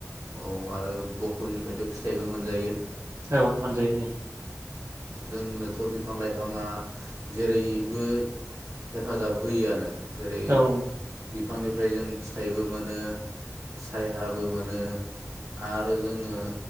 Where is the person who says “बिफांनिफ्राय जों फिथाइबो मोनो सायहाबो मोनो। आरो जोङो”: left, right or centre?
Right